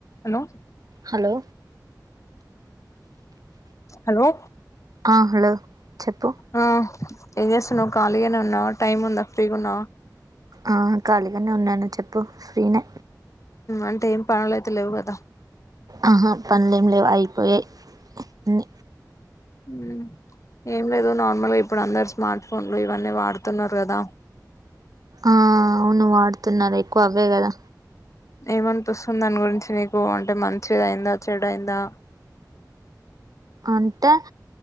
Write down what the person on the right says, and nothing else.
hello
ఆ hello చెప్పు
ఆ ఖాళీగానే ఉన్నాను చెప్పు ఫ్రీనే
ఆహా పనులే ఏం లేవు అయిపోయాయి ఊ
ఆ అవును వాడుతున్నారు ఎక్కువ అవే కదా
అంటే